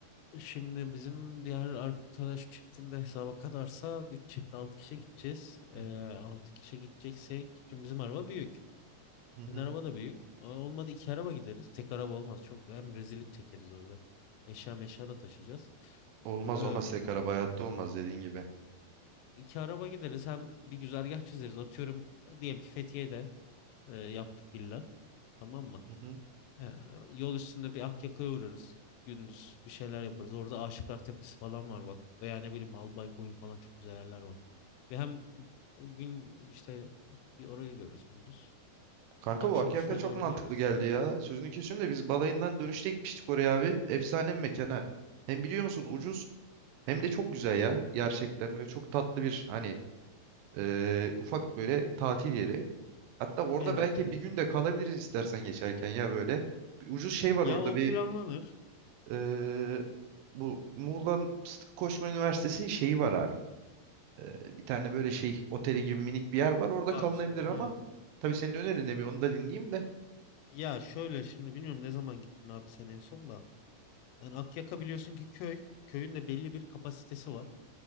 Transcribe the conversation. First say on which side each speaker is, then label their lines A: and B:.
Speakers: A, on the left; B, on the right.
A: Şimdi bizim diğer arkadaş çiftinde hesaba kadarsa 3 çift 6 kişi gideceğiz. Ee,
B: Hı hı.
A: 6 kişi gideceksek şimdi bizim araba büyük.
B: Hı hı.
A: Senin araba da büyük. O- Olmadı iki araba gideriz. Tek araba olmaz. Çok hem rezillik çekeriz orada. Eşya meşya da taşıyacağız.
B: Olmaz
A: Ee,
B: olmaz tek araba hayatta olmaz dediğin gibi.
A: iki araba gideriz. Hem bir güzergah çizeriz. Atıyorum diyelim ki Fethiye'de e, yaptık villa. Tamam mı?
B: Hı hı.
A: Ee, yol üstünde bir Akyaka'ya uğrarız. Gündüz bir şeyler yaparız. Orada Aşıklar Tepesi falan var bak. Veya ne bileyim Albay Koyu falan çok güzel yerler var. Ve hem o gün işte bir orayı görürüz gündüz.
B: Kanka
A: Akşam
B: bu Akyaka
A: üstüne
B: çok
A: doğru
B: mantıklı
A: varırız.
B: geldi ya. Sözünü kesiyorum da biz balayından dönüşte gitmiştik oraya abi. Efsane bir mekana. Hem biliyor musun ucuz hem de çok güzel ya. Gerçekten böyle çok tatlı bir hani eee, ufak böyle tatil yeri. Hatta orada
A: Evet
B: belki
A: evet.
B: bir gün de kalabiliriz istersen geçerken ya böyle. Bir ucuz şey var
A: Ya
B: orada
A: o
B: bir
A: planlanır.
B: eee, bu Muğla'nın Sıtkı Koçman Üniversitesi'nin şeyi var abi. Eee, bir tane böyle şey oteli gibi minik bir yer var orada
A: Pansiyon.
B: kalınabilir ama
A: Ha. anladım.
B: tabii senin önerin ne bir onu da dinleyeyim de.
A: Ya şöyle şimdi bilmiyorum ne zaman gittin abi sen en son da. Yani Akyaka biliyorsun ki köy. Köyün de belli bir kapasitesi var.